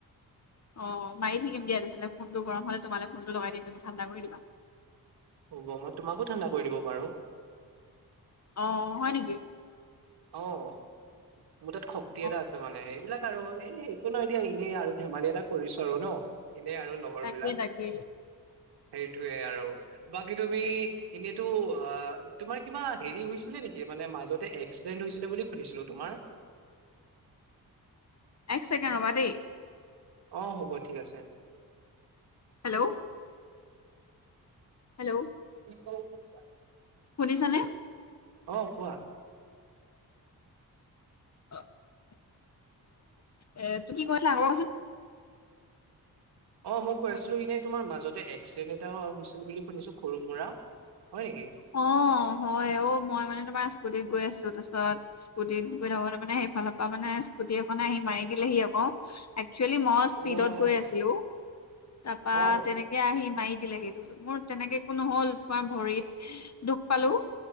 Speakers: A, on the left; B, on the right.
A: অ', মাৰি থাকিম দিয়া তেনেহ'লে ফোনটো গৰম হ'লে তোমালে ফোনটো লগাই দিম তুমি ঠাণ্ডা কৰি দিবা।
B: হ'ব। মই তোমাকো ঠাণ্ডা কৰি দিব পাৰো।
A: অ' হয় নেকি?
B: অ' মোৰ তাত শক্তি
A: অ
B: এটা আছে, মানে এইবিলাক আৰু এ, একো নাই দিয়া, এনেই আৰু ধেমালি এটা কৰিছোঁ আৰু ন'। এনেই আৰু লগৰবিলাক
A: তাকেই তাকেই
B: সেইটোৱে আৰু, বাকী তুমি এনেটো অ' তোমাৰ কিবা হেৰি হৈছিলে নেকি? মানে মাজতে এক্সিডেন্ট হৈছিলে বুলি শুনিছিলোঁ তোমাৰ।
A: এক চেকেণ্ড ৰবা দেই।
B: অ' হ'ব ঠিক আছে।
A: হেল্ল'। হেল্ল'।
B: <unintelligible>
A: শুনিছানে?
B: অ' কোৱা?
A: <unintelligible> এ, তুমি কোৱাচোন আকৌ কোৱাচোন?
B: অ' মই কৈ আছিলোঁ এনেই তোমাৰ মাজতে এক্সিডেণ্ট এটা হৈছিল বুলি শুনিছোঁ সৰু মুৰা। হয় নেকি?
A: অ' হয় অ' মই মানে তোমাৰ স্কুটিত গৈ আছোঁ তাৰপিত স্কুটিত গৈ থাকোতে মানে সেইফালৰপৰা মানে স্কুটি এখন আহি মাৰি দিলেহি আকৌ। ম, একচুৱেলি মই স্পীডত
B: অ'।
A: গই আছিলোঁ, টাপা
B: অ',
A: তেনেকে আহি মাৰি দিলেহি, তাৰপিছত মোৰ তেনেকে একো নহ'ল, তোমাৰ ভৰিত দুখ পালোঁ।